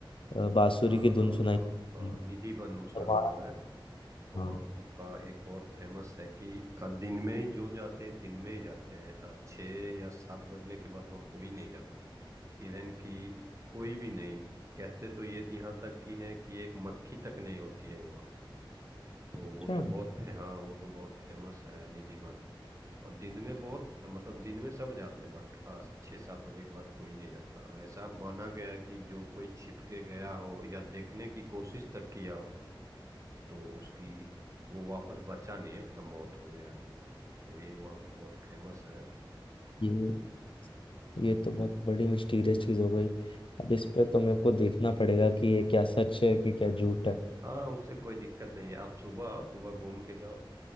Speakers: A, on the left; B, on the right.
A: अ, बांसुरी
B: हाँ
A: की धुन
B: हाँ
A: सुनाई
B: हाँ
A: देती
B: हाँ
A: है।
B: निधिवन उसका
A: और
B: नाम
A: वहाँ
B: है तो
A: हाँ
B: वहाँ का एक बहुत फेमस है कि अ, दिन में ही जो जाते हैं दिन में ही जाते हैं अ, छः या सात बजने के बाद वहाँ कोई नहीं जाता इवन कि कोई भी नहीं कहते तो ये यहाँ तक की है कि एक मक्खी तक नहीं होती है वहाँ तो
A: अच्छा
B: वो तो बहुत फे- हाँ वो तो बहुत फेमस है निधिवन और दिन में बहुत मतलब दिन में सब जाते हैं बट छः सात बजे के बाद कोई नहीं जाता ऐसा माना गया है कि जो कोई छिप के गया हो या देखने की कोशिश तक किया हो तो उसकी वो वापस बचा नहीं है उसका मौत हो गया तो ये वहाँ का बहुत फेमस है
A: ये ये तो बहुत बड़ी मिस्टीरियस चीज हो गई अब इस पे तो मेरे को देखना पड़ेगा कि ये क्या सच है कि क्या झूठ है
B: हाँ उससे कोई दिक्कत नहीं है आप सुबह आओ सुबह घूम के जाओ